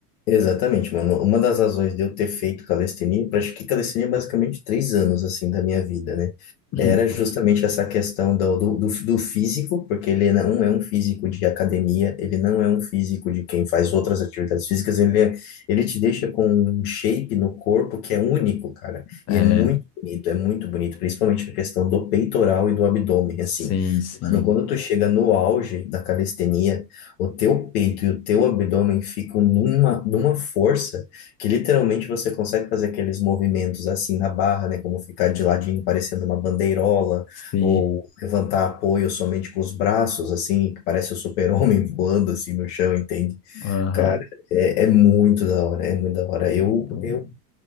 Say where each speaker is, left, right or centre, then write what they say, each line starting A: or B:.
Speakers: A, on the left; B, on the left.
A: Exatamente, mano. Uma das razões de eu ter feito calistenia, eu pratiquei calistenia basicamente três anos, assim, da minha vida, né?
B: <clears throat>
A: Era justamente essa questão do, do, do do físico, porque ele não é um físico de academia, ele não é um físico de quem faz outras atividades físicas, ele, é, ele te deixa com um shape no corpo que é único, cara.
B: Uhum.
A: E
B: É,
A: é muito bonito, é muito bonito, principalmente a questão do peitoral e do abdômen,
B: sim,
A: assim.
B: sim.
A: Mano, quando tu chega no auge da calistenia, o teu peito e o teu abdômen ficam numa, numa força que literalmente você consegue fazer aqueles movimentos assim na barra, né? Como ficar de ladinho parecendo uma bandeirola,
B: Sim.
A: ou levantar apoio somente com os braços, assim, que parece o super-homem <laughs> voando assim no chão, entende?
B: Aham.
A: Cara, é, é muito da hora, é muito da hora.
B: Não,
A: Eu, eu,